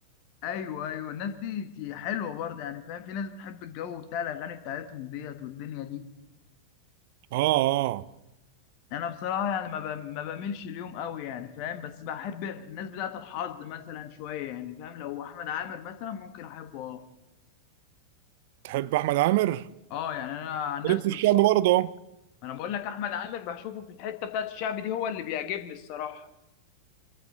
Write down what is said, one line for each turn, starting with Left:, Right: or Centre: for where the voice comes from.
Left: ايوه ايوه الناس دي حلوه برضه يعني فاهم في ناس بتحب الجو بتاع الاغاني بتاعتهم ديت والدنيا دي
Right: اه اه
Left: انا بصراحه يعني ما ب- ما بميلش اليوم قوي يعني فاهم بس بحب الناس بتاعه الحظ مثلا شويه يعني فاهم لو احمد عامر مثلا ممكن احبه اه
Right: تحب احمد عامر
Left: اه يعني انا عن نفسي
Right: ليك في الشعب
Left: مش
Right: برضه
Left: انا بقول لك احمد عامر بشوفه في الحته بتاعه الشعب دي هو اللي بيعجبني الصراحه